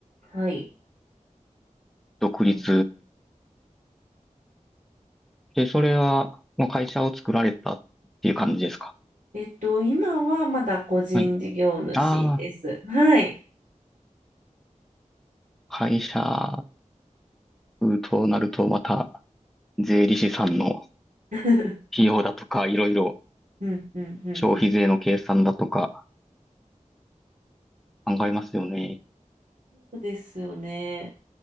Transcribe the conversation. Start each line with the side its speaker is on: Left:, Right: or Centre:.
Right: はい。
Centre: 独立。
Right: うん
Centre: で、それはもう会社を作られたっていう感じですか
Right: えっと、今はまだ個人事業主です。
Centre: はい。ああ、
Right: はい。
Centre: 会社となるとまた税理士さんの
Right: <laughs>
Centre: 費用だとか、いろいろ
Right: うんうんうんうん。
Centre: 消費税の計算だとか考えますよね。
Right: そうですよね。